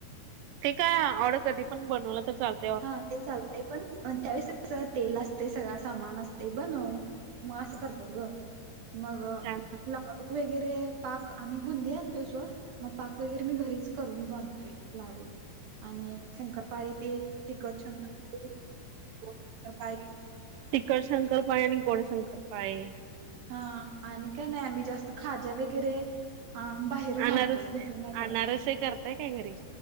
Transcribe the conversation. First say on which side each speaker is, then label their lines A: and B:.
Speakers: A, on the right; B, on the right.
A: ते काय ऑड कधीपण बनवलं तर चालत
B: हा चालतंय पण त्यावेळेस कसं तेल असतंय सगळ सामान असतंय बनव मग अस करत्यात ग. मग
A: छान
B: लाडू वगैरे पाक आणि बुंदी आणतोय सोड मग पाक वगैरे मी घरीच करून बांधतोय लाडू. आणि शंकरपाळी ते तिखट शंकरपाळी गोड शंकरपाळी
A: तिखट शंकरपाळी आणि गोड शंकरपाळे.
B: हा आणि काय नाही, आम्ही जास्त खाज्या वगैरे हा बाहेरून
A: अनारस
B: आणतोय घरी नाही करत.
A: अनारस हे करताय काय घरी